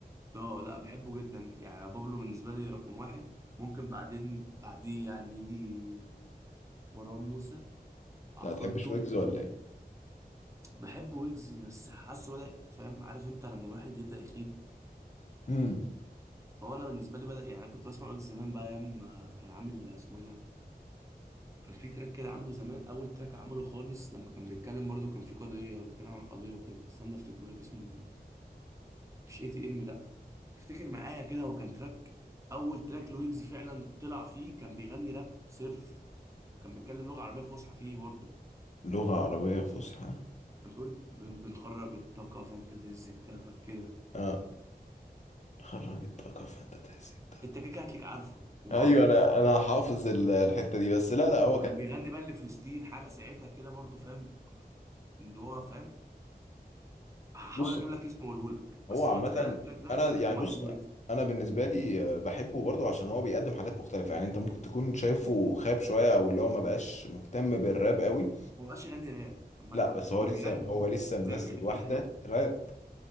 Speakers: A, on the right (about 20°); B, on the left (about 45°).
A: اه لا بحبه جدا يعني بابلو بالنسبة لي رقم واحد ممكن بعدين بعديه يعني يجي مروان موسى عفروتو
B: هتحبش ويجز ولا ايه
A: بحب ويجز بس حاسه بدأ فاهم عارف انت لما الواحد يبدأ يخيب
B: امم
A: هو انا بالنسبة لي بدأ يعني انا كنت بسمع ويجز زمان بقى ايام ما كان عامل اسمه ايه ده كان في تراك كده عامله زمان اول تراك عمله خالص لما كان بيتكلم برضه كان في قضيه بيتكلم عن قضيه وكده استنى افتكره لك اسمه مش اي تي ام لا افتكر معايا كده هو كان تراك اول تراك لويجز فعلا طلع فيه كان بيغني راب صرف كان بيتكلم لغه عربيه فصحى فيه برضه
B: لغه عربيه فصحى
A: كان بيقول ب- بنخرج الطاقه فانت تهز كتافك كده
B: اه خرجت طاقه فانت تمسك ده
A: انت كده كده هتلاقيك عارفه ومعروف
B: ايوه انا انا حافظ ال- الحته دي بس لا لا هو
A: وكان
B: كان
A: بيغني بقى لفلسطين حاجه ساعتها كده برضه فاهم ان هو فاهم هحاول
B: بص
A: اجيب لك اسمه واقوله لك
B: هو
A: بس
B: عامة
A: هو فعلا التراك ده
B: أنا يعني
A: رقم
B: بص
A: واحد لويجز
B: أنا بالنسبة لي آه، بحبه برضه عشان هو بيقدم حاجات مختلفة يعني أنت ممكن تكون شايفه خاب شوية أو اللي هو ما بقاش مهتم بالراب قوي
A: هو مبقاش يغني راب عامة
B: لا بس
A: هو
B: هو لسه
A: بيغني
B: هو لسه منزل
A: بيعمل كليبات
B: واحدة
A: حلوة
B: راب